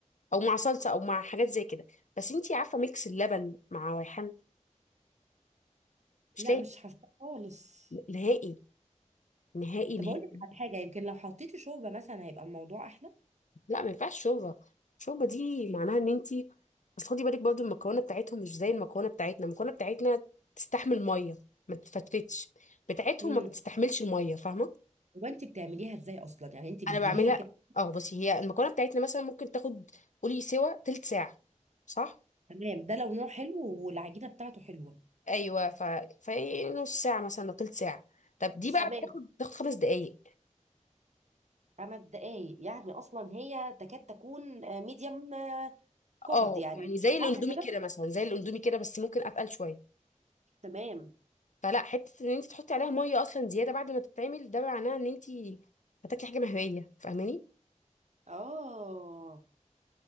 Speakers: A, on the left; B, on the right.
A: او مع صلصه او مع حاجات زي كده بس انتي عارفه ميكس اللبن مع ريحان مش
B: لا
A: لاقي
B: مش حاسه خالص
A: نهائي نهائي
B: طب
A: نهائي
B: اقول لك على حاجة يمكن لو حطيتي شوربة مثلا هيبقى الموضوع احلى
A: لا ما ينفعش شوربه الشوربه دي معناها ان انت اصل خدي بالك برضو المكونه بتاعتهم مش زي المكونه بتاعتنا المكونه بتاعتنا تستحمل ميه ما تفتفتش بتاعتهم
B: امم
A: ما بتستحملش الميه فاهمه
B: هو انت بتعمليها ازاي اصلا يعني انت بتجيبيها
A: انا بعملها
B: كده
A: اه بصي هي المكونه بتاعتنا مثلا ممكن تاخد قولي سوا تلت ساعه صح
B: تمام ده لو نوع حلو والعجينة بتاعته حلوة
A: ايوه ف في نص ساعه مثلا أو تلت ساعه طب دي بقى
B: تمام
A: بتاخد بتاخد خمس دقايق
B: خمس دقايق يعني اصلا هي تكاد تكون ميديم كوكد
A: اه
B: يعني
A: يعني زي الاندومي
B: صح كده
A: كده مثلا زي الاندومي كده بس ممكن اتقل شويه
B: تمام
A: فلا حته ان انت تحطي عليها ميه اصلا زياده بعد ما تتعمل ده معناه ان انت هتاكلي حاجه مهويه فاهماني
B: اه